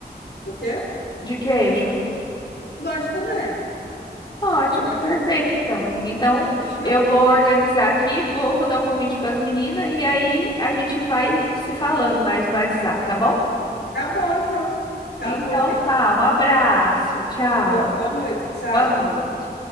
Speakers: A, on the left (about 75°); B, on the left (about 25°).
A: O quê?
B: De queijo?
A: Gosto também.
B: Ótimo,
A: Gosto
B: perfeito,
A: também.
B: então, amiga. Então,
A: Fechou?
B: eu vou organizar aqui, vou mandar o convite para as meninas e aí a gente vai se falando mais no WhatsApp, tá bom?
A: Tá bom, então. Tá
B: Então,
A: bom, amiga.
B: tá, um abraço, tchau,
A: Bo- boa noite, tchau.
B: boa noite.